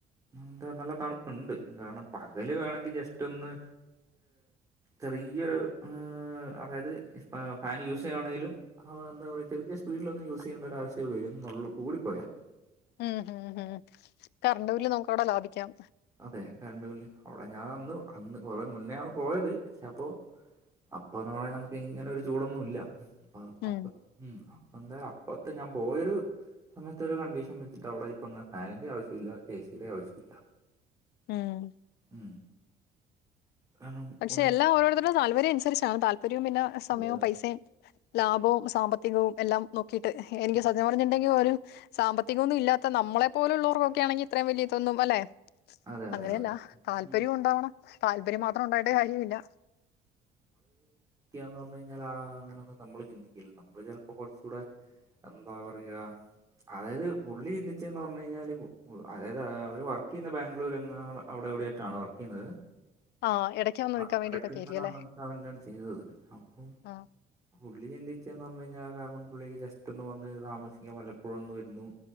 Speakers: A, on the right (about 20°); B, on the left (about 75°).
A: എന്താ നല്ല തണുപ്പുണ്ട് കാരണം പകല് വേണെങ്കിൽ ജസ്റ്റ് ഒന്ന് ചെറിയൊരു അതായത് ഫാന് യൂസ് ചെയ്യയാണെങ്കിലും ആ എന്താ പറയാ ചെറിയ സ്പീഡിൽ ഒന്ന് യൂസ് ചെയ്യേണ്ട ഒരവശ്യം വരുന്നുള്ളൂ കൂടിപ്പോയാ
B: ഉം ഹം ഹം കറണ്ട് ബില്ല് നമുക്ക് അവിടെ ലാഭിക്കാം
A: അതെ കറണ്ട് അവിടെ ഞാൻ അന്ന് അന്ന് കുറേ മുന്നേ ആണ് പോയത് പക്ഷെ അപ്പോൊ അപ്പന്ന് പറഞ്ഞൽ നമുക്ക് ഇങ്ങനെ ഒരു ചൂടൊന്നും ഇല്ല അപ്പ
B: ഉം
A: അപ്പൊ പ്പ എന്തായാലും അപ്പത്തെ ഞാൻ പോയരു സമയത്ത് ഒരു കണ്ടീഷൻ വെച്ചിട്ട് അവിടെ ഇപ്പ ഫാനിന്റെ ആവശ്യം ഇല്ല ഏ സിയുടെ ആവശ്യമില്ല
B: ഉം
A: ഉം കാരണം
B: പക്ഷെ
A: ഉള്ള
B: എല്ലാം ഓരോരുത്തരുടെ താല്പര്യം അനുസരിച്ചാണ് താല്പര്യവും പിന്നെ സമയവും
A: അതെ അതെ
B: പൈസയും ലാഭവും സാമ്പത്തികവും എല്ലാം നോക്കിയിട്ട് എനിക്ക് സത്യം പറഞ്ഞിട്ടുണ്ടെങ്കിൽ ഒരു സാമ്പത്തികമൊന്നും ഇല്ലാത്ത നമ്മ നമ്മളെ പോലുള്ളവർക്കൊക്കെ ആണെങ്ക ഇത്രയും വലലിയ ഇതൊന്നും അല്ലെ
A: അതെ അതെ
B: അങ്ങനെയല്ല
A: അത്
B: താല്പര്യം
A: ഉം
B: ഉണ്ടാവണം താല്പര്യം മാത്ര കഴിയുല്ല
A: ന്ന് പറഞ്ഞ കഴിഞ്ഞാൽ ആ അങ്ങനെന്നും നമ്മള് ചിന്തിക്കില്ല നമ്മള് ചിലപ്പോ കുറച്ച കൂടെ എന്താ പറയാ അതായത് പുള്ളി ചിന്തിച്ചന്ന് പറഞ്ഞഞ് കഴിഞ്ഞാല് അതായത് അവര് വർക്ക് ചെയ്യുന്ന ബാംഗ്ലൂര് അവിടെ എവിടെ ആായിട്ടാണ് വർക്ക് ചെയ്യുന്നത്
B: ആ ഇടയ്ക്ക് വന്ന്
A: ആ
B: നിൽക്കാൻ വേണ്ടിയിട്ടൊക്കെ
A: ഇടക്ക വണ്ടട്ടാണ്
B: ആയിരിക്കും അല്ലേ
A: ചെയ്തത് അപ്പൊ
B: ആ
A: ഉള്ളി ചെണ്ടി ചച്ചന്ന് പറഞ്ഞു കഴിഞ്ഞാൽ കാരണം പിുള്ളേക്ക് ജസ്റ്റ് ഒന്ന് വന്ന് താമസിക്കാൻ പലപ്പോഴുംന്നന്ന് വരുന്നു